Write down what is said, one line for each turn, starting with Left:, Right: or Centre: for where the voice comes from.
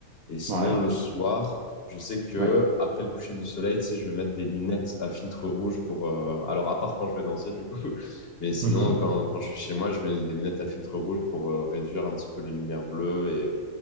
Left: Et sinon,
Right: Ouais.
Left: le soir, je sais que
Right: Ouais.
Left: après le coucher du soleil, tu sais, je vais mettre des lunettes à filtre rouge pour. euh, Alors, à part quand je vais danser, du coup, <laughs> mais sinon,
Right: Mhm.
Left: quand, quand je suis chez moi, je mets des lunettes à filtre rouge pour euh, réduire un petit peu les lumières bleues